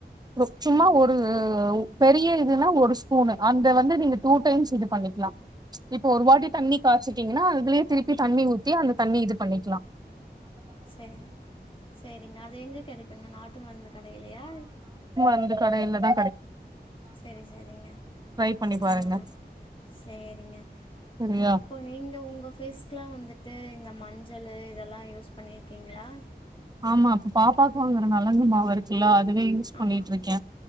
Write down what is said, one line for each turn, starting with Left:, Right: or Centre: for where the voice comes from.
Right: ரு சும்மா
Left: ம்
Right: ஒரூ பெரீய இல்லனா ஒரு ஸ்பூனு அந்த வந்து நீங்க டூடைம்ஸ் இது பனிக்கிளா இப்பொ ஒரு வாட்டி தண்ணி காச்சிடீங்னா இதுலெயெ திருப்பி தண்ணி ஊத்தி அந்த தண்ணி இதுப் பண்ணிக்கிலா
Left: செரிங்க சேரிங்க அது எங்கெ கிடைக்குங்க நாட்டு மர்ந்து கடயுலயா
Right: அந்த கடைலதா
Left: செரி செரிங்க
Right: ட்ரை பண்ணி பாருங்க
Left: ஆ சேரிங்க
Right: சரியா
Left: இப்போ நீங்க உங்க பேஸ்குலா வந்துட்டு இந்த மஞ்சளு இதெல்லா யூஸ் பண்ணிருக்கீங்களா
Right: ஆமா இப்ப பாப்பாக்கு வாங்குற நலங்கு மாவு இருக்குல்ல அதுவே பண்ணிட்டு
Left: ஆமா.
Right: இருக்க